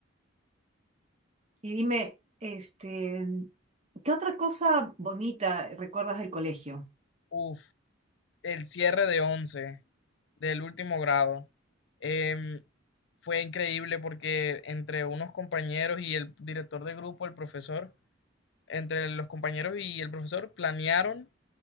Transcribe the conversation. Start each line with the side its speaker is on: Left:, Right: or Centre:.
Right: y dime, este, ¿qué otra cosa bonita recuerdas del colegio?
Left: Uf. el cierre de once del último grado em, fue increíble porque entre unos compañeros y el director de grupo, el profesor, entre los compañeros y el profesor planearon